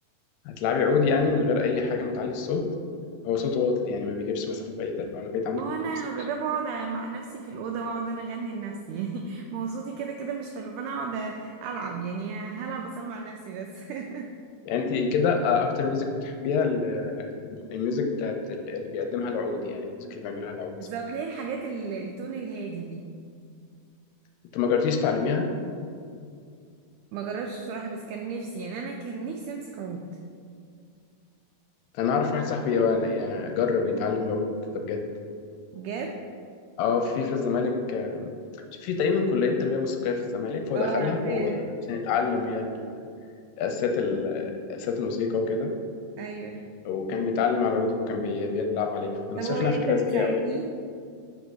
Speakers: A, on the left; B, on the right.
A: هتلعبي عود يعني من غير أي حاجة ما تعلي الصوت هو صوته واطي يعني ما بيجيبش مسافة بعيدة لو أنا بعيد عنك
B: هو انا
A: ممكن ما اسمعش
B: هجربه اقعد مع نفسي في الاوضه واقعد انا اغني لنفسي <laughs> يعني ما هو صوتي كده كده مش حلو فانا اقعد العب يعني هلعب واسمع لنفسي بس <laughs>
A: يعني أنت كده آه، أكتر ميوزك بتحبيها ال- ال- الميوزك بتاعت ال- اللي بيقدمها العود يعني الميوزك اللي بيعملها العود
B: بالظبط
A: صح؟
B: ليه الحاجات ال- التون الهادي دي
A: أنت ما جربتيش تعلميها
B: ما جربتش بصراحه بس كان نفسي يعني انا كان نفسي امسك عود
A: انا اعرف واحد صاحبي هو- يعني جرب يتعلم العود ده بجد
B: بجد
A: اه في في الزمالك آه، في تقريبا كليه تربيه موسيقيه في الزمالك فهو
B: اه
A: دخلها
B: عارفاها
A: و- عشان يتعلم يعني ال- اساسيات ال- اساسيات الموسيقى وكده
B: ايوه
A: وكان بيتعلم على العود وكان بي- بيلعب عليه فانا
B: طب
A: شايف
B: هو يقدر
A: انها فكره ذكيه
B: يساعدني
A: قوي